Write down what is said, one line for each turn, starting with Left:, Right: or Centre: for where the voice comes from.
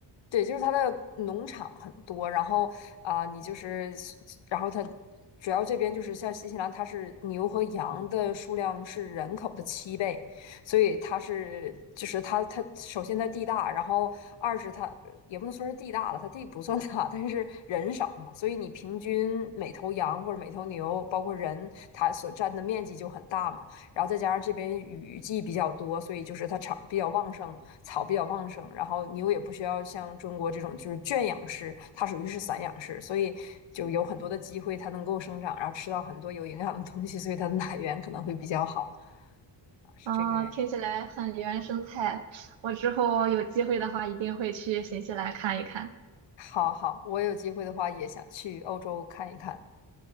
Left: 对，就是它的农场很多，然后啊、你就是，然后它主要这边就是像新西兰，它是牛和羊的数量是人口的七倍，所以它是就是它它首先它地大，然后二是它也不能说是地大了，它地不算大，但是人少嘛，所以你平均每头羊或者每头牛，包括人，它所占的面积就很大嘛。然后再加上这边雨季比较多，所以就是它草比较旺盛，草比较旺盛，然后牛也不需要像中国这种就是圈养式，它属于是散养式，所以就有很多的机会它能够生长，然后吃到很多有营养的东西，所以它的奶源可能会比较好啊，是这个原因。
Right: 啊，听起来很原生态。我之后有机会的话，一定会去新西兰看一看。
Left: 好好，我有机会的话也想去欧洲看一看。